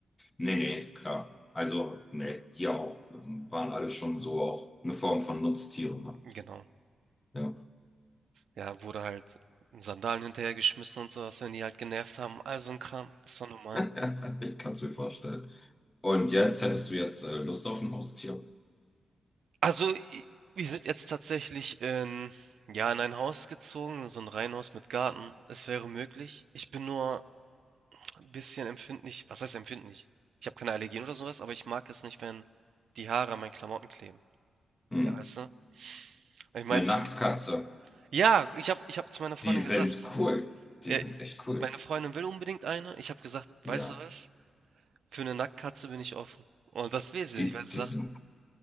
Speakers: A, on the left (about 15°); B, on the right (about 70°).
A: Nee, nee, klar. Also, nee, hier auch. ähm, Waren alle schon so auch eine Form von Nutztieren. Ne?
B: Genau.
A: Ja,
B: Ja, wurde halt in Sandalen hinterhergeschmissen und sowas, wenn die halt genervt haben, all so ein Kram. Das war normal.
A: <laughs> ich kann es mir vorstellen. Und jetzt hättest du jetzt äh, Lust auf ein Haustier?
B: Also, i wir sind jetzt tatsächlich in ja, in ein Haus gezogen, so ein Reihenhaus mit Garten. Es wäre möglich. Ich bin nur ein bisschen empfindlich was heißt empfindlich? Ich habe keine Allergien oder sowas aber ich mag es nicht, wenn die Haare an meinen Klamotten kleben.
A: Hm.
B: Ja, weißt du? Ich meinte
A: Eine Nacktkatze.
B: dann, ja, ich habe ich habe zu meiner Freundin
A: Die sind
B: gesagt
A: cool. Die
B: äh,
A: sind echt cool.
B: meine Freundin will unbedingt eine. Ich habe gesagt:
A: Ja,
B: „Weißt du was? Für eine Nacktkatze bin ich offen.“ Und das will sie
A: die,
B: nicht, weil sie
A: die
B: sagt:
A: sind,